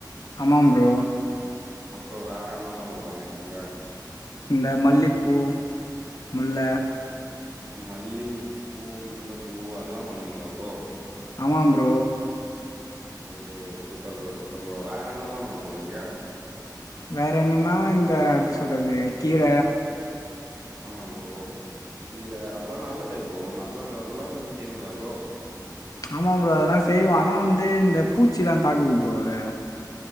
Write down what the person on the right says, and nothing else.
அப்றோ வேற என்ன எல்லா ஃப்ரோ பண்ணிருக்கீங்க
ஓ ஓ மல்லி பூ முல்லப்பூ அதெல்லா பண்ணுவீங்களா ஃப்ரோ
ஓ சூப்பர் ஃப்ரோ சூப்பர் ஃப்ரோ வேற என்ன எல்லாம் ஃப்ரோ பண்ணுவீங்க
ஆமா ஃப்ரோ கீர அதெல்லா நல்லதே ஃப்ரோ நல்லது அதெல்லா நீங்க செய்வீங்களா ஃப்ரோ